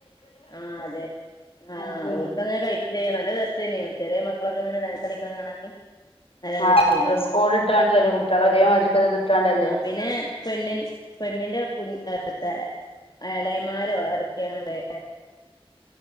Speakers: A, on the left; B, on the left.
A: ആ അതെ ആ
B: ഉം
A: ഓൽക്കങ്ങനെ കഴിക്ക ചെയ്യ നല്ല രസല്ലയോ ചെറിയ മക്കളൊക്കെ ഇങ്ങനെ ഡാൻസ്സളിക്കണ കാണാന് നല്ല
B: ആ
A: രസേനു
B: ഡ്രസ് കോഡ് ഇട്ടാണ്ട് വില കുട്ട ഒരേ മാതിരിക്കത് ഇട്ടാണ്ടല്ലേ
A: ആ പിന്നെ പെണ്ണിൻ പെണ്ണിന്റെ കു <unintelligible> എളയന്മാരോ ആരൊക്കെയാണുള്ളേ